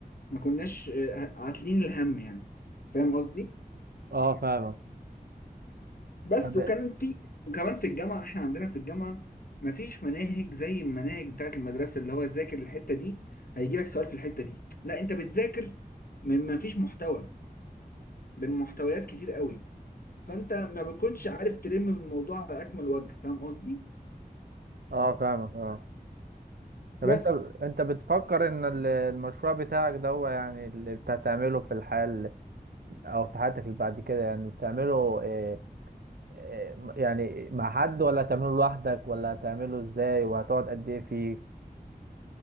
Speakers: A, on the left; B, on the right.
A: ما كناش آه، عاتلين الهم يعني فاهم قصدي
B: اه فاهمك
A: بس
B: طب
A: وكان في وكمان في الجامعه احنا عندنا في الجامعه ما فيش مناهج زي المناهج بتاعت المدرسه اللي هو ذاكر الحته دي هيجي لك سؤال في الحته دي لا انت بتذاكر من ما فيش محتوى من محتويات كتير قوي فانت ما بتكونش عارف تلم بالموضوع على اكمل وجه فاهم قصدي
B: اه فاهمك اه طب
A: بس
B: انت انت بتفكر ان ال- المشروع بتاعك ده هو يعني اللي بتعمله في الحياه ال- او في حياتك اللي بعد كده يعني بتعمله آه، إيه، يعني مع حد ولا هتعمله لوحدك ولا هتعمله ازاي وهتقعد قد ايه فيه